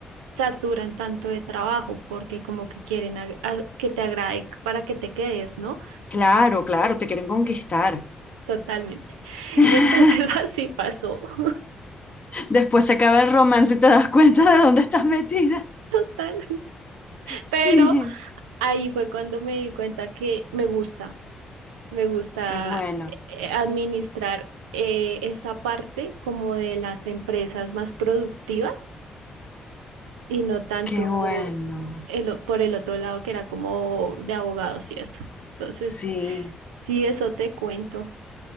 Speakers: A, on the right (about 80°); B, on the left (about 35°).
A: saturan tanto de trabajo porque como que quieren ag- a- que te agrade para que te quedes, ¿no?
B: Claro, claro, te quieren conquistar.
A: Totalmente.
B: <laughs>
A: Entonces <laughs> así pasó, <laughs>
B: Después se acaba el romance y te das cuenta de dónde estás metida.
A: total.
B: Sí,
A: Pero ahí fue cuando me di cuenta que me gusta. Me gusta
B: qué bueno,
A: eh, administrar eh, esa parte como de las empresas más productivas y no tanto
B: qué bueno.
A: el o- por el otro lado que era como de abogados y eso. Entonces,
B: Sí.
A: sí, eso te cuento.